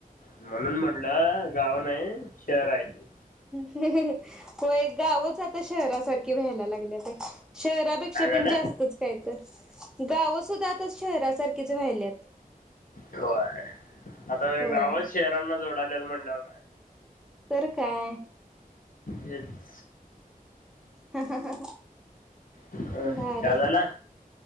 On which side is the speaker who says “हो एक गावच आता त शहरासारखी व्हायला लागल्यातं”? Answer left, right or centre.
Centre